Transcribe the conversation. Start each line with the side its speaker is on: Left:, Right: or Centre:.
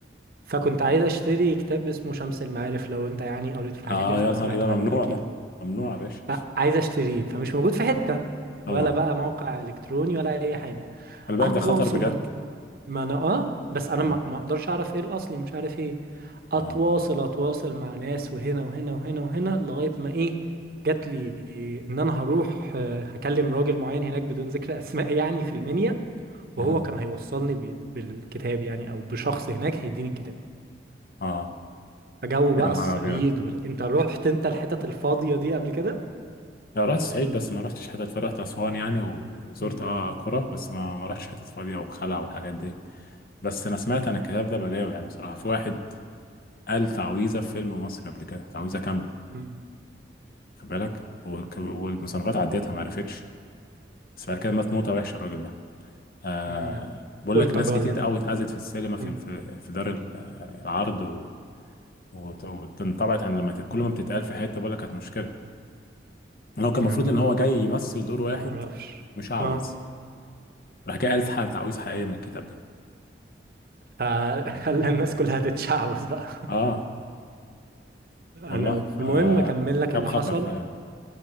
Right: فكنت عايز اشتري كتاب اسمه شمس المعارف لو انت يعني قريت في الحاجات
Left: اه
Right: دي هتبقى
Left: يا نهار
Right: سمعت
Left: إيه ده
Right: عنه
Left: ممنوع
Right: اكيد
Left: ده ممنوع يا باشا
Right: فعايز اشتريه فمش موجود في حتة
Left: اه طبعا
Right: ولا بقى موقع الكتروني ولا اي حاجة
Left: خلي بالك
Right: اتواصل
Left: ده خطر بجد
Right: أت... ما انا اه بس انا
Left: اه
Right: ما ما اقدرش اعرف ايه الاصلي مش عارف ايه اتواصل
Left: اه
Right: اتواصل مع ناس وهنا وهنا وهنا وهنا لغاية ما ايه جات لي ان انا هروح آه، هكلم راجل معين هناك بدون ذكر اسماء يعني في المنيا وهو
Left: اه,
Right: كان هيوصلني بي- بالكتاب يعني او بشخص هناك هيديني الكتاب
Left: آه.
Right: جو بقى
Left: يا نهار
Right: الصعيد
Left: أبيض
Right: و... انت رحت انت الحتت الفاضية دي قبل كده
Left: لا رحت الصعيد بس ما رحتش حتت فرحت أسوان يعني و- وزرت
Right: مم.
Left: اه قرى بس ما ما رحتش حتت فاضية وخلع والحاجات دي بس أنا سمعت أنا الكتاب ده بلاوي يعني بصراحة في واحد قال تعويذة في فيلم مصر قبل كده تعويذة كاملة
Right: مم.
Left: خد بالك والك- والمصنفات عدتها ما عرفتش بس بعد كده مات موتة وحشة الراجل ده آه
Right: لا، انا
Left: بقول
Right: قلت
Left: لك ناس
Right: اجرب
Left: كتير قوي اتأذت في السينما في
Right: مم.
Left: في, في دار ال- يعني العرض و وت- واتنطبعت عن لما ت- كل ما بتتقال في حتة بقول لك كانت مشكلة لو كان المفروض
Right: انا ما
Left: ان هو جاي يمثل دور واحد
Right: ما اعرفش
Left: مش عاوز
Right: اه
Left: راح جاي قال حاجة تعويذة حقيقية من الكتاب ده
Right: فخلى <laughs> الناس كلها تتشعبط بقى
Left: اه
Right: <laughs> انا
Left: والله فكتاب
Right: المهم اكمل لك اللي
Left: خطر
Right: حصل
Left: فعلا